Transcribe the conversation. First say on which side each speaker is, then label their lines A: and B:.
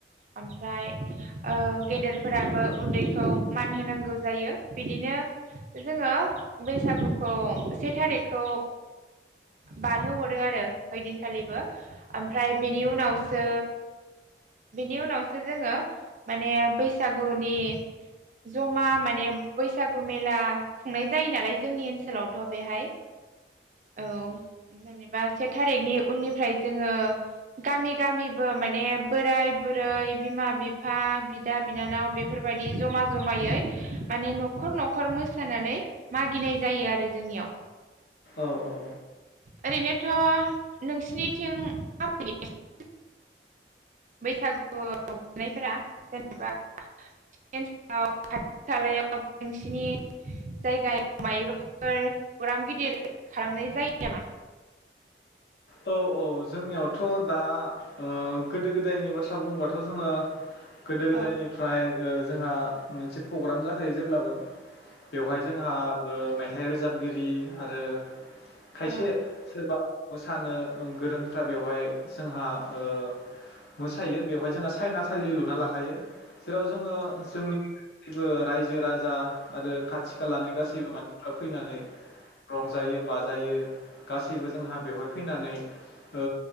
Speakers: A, on the right; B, on the left.
A: ओमफ्राय ओ गेदेरफोराबो उन्दैखौ मान होनांगौ जायो। बिदिनो जोङो बैसागुखौ से थारिखखौ बारहोहरो आरो ओइदिनखालिबो ओमफ्राय बेनि उनावसो बेनि उनावसो जोङो माने बैसागुनि ज'मा माने बैसागु मेला खुंनाय जायो नालाय जोंनि ओनसोलावथ' बेहाय औ जेनेबा से थारिखनि उननिफ्राय जोङो गामि गामिबो माने बोराय बुरै बिमा बिफा बिदा बिनानाव बेफोरबायदि जमा जमायै माने न'खर न'खर मोसानानै मागिनाय जायो आरो जोंनियाव।
B: औ औ
A: ओरैनोथ' नोंसिनिथिं <unintelligible> बैसागुनायफोरा जेनेबा खाथि खालायाव नोंसिनि जायगायाव मायोबाफोर प्रग्राम गिदिर खालामनाय जायो नामा?
B: औ औ जोंनियावथ' दा ओ गोदो गोदायनि बाथ्रा बुंबाथ' जोङो गोदो गोदायनिफ्राय
A: औ
B: ओ जोंहा मोनसे प्रग्राम जाखायो जेब्लाबो बेवहाय जोंहा ओ मेथाइ रोजाबगिरि आरो खायसे
A: औ अ औ
B: सोरबा मोसानो <unintelligible> गोरोंफ्रा बेवहाय जोंहा ओ मोसायो बेवहाय जोंहा साइनासालि लुना लाखायो। जेराव जोङो जोंनि <unintelligible> रायजो राजा आरो खाथि खालानि गासैबो मानसिफ्रा फैनानै रंजायो बाजायो गासैबो जोंहा बेवहाय फैनानै। ओ